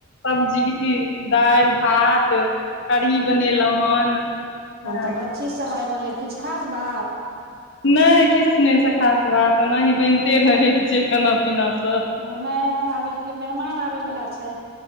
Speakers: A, on the left (about 60°); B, on the right (about 50°).
A: सब्जी दालि भात कढ़ी बनेलहुँ हन
B: तन
A: हँ
B: तऽ बड चीज सब आइ बनलै किछ खास बात
A: नहि किछ नहि से खास बात ओनाहि बनिते रहै छै खाना पीना सं
B: नहि हमरा भेल केओ मेहमान आबैवला छथि